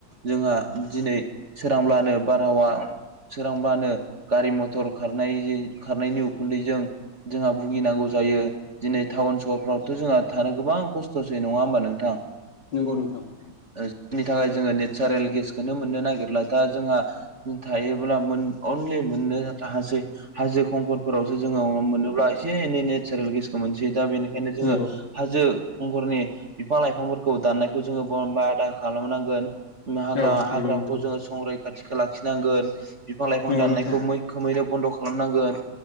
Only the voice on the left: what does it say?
नंगौ नोंथां
नंगौ
औ नंगौ नोंथां
नंगौ
नोंथां